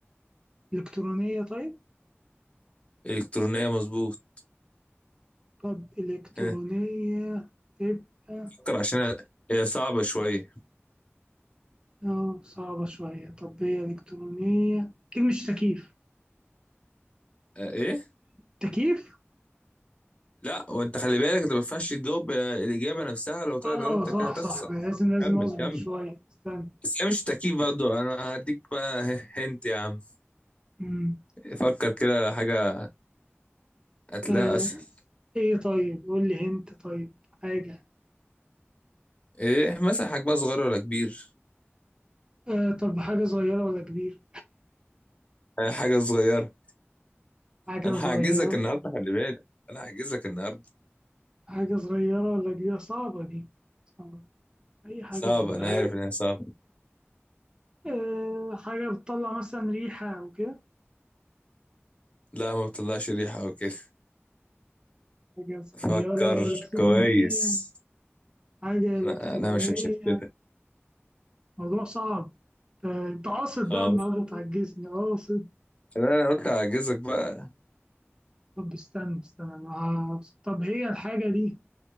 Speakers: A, on the right (about 20°); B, on the left (about 30°).
A: إلكترونية طيب
B: إلكترونية مظبوط
A: طب إلكترونية
B: آه،
A: تبقى
B: فكر عشان هي صعبة شوية
A: اه صعبة شوية طب هي إلكترونية أكيد مش تكييف
B: آه ايه
A: تكييف
B: لا وانت خلي بالك انت ما ينفعش تجاوب آه، الإجابة نفسها لو طلعت
A: اه
B: غلط
A: صح
B: انت كده هتخسر
A: صح لازم لازم
B: كمل
A: أصبر
B: كمل
A: شوية استنى
B: بس هي مش تأكيد برضه انا هديك بقى هنت يا عم
A: مم.
B: فكر كده حاجة هتلاقيها
A: آه،
B: اسهل
A: ايه طيب قول لي انت طيب حاجة
B: ايه مثلا حجمها صغير ولا كبير
A: آه طب حاجة صغيرة ولا كبيرة
B: آه، حاجة صغيرة
A: حاجة
B: انا
A: صغيرة
B: هعجزك النهاردة خلي بالك انا هعجزك النهاردة
A: حاجة صغيرة ولا كبيرة صعبة دي صعبة. أي حاجة
B: صعب
A: صغيرة
B: انا عارف انها صعبة
A: أه حاجة بتطلع مثلا ريحة أو كده
B: لا ما بتطلعش ريحة او كده
A: حاجة صغيرة
B: فكر
A: إلكترونية
B: كويس
A: حاجة إلكترونية
B: انا انا مش هشتتك
A: موضوع صعب أنت أنت قاصد بقى
B: اه
A: النهاردة تعجزني قاصد
B: انا أنا قلت هعجزك بقى
A: طب استنى استنى أنا ه- طب هي الحاجة دي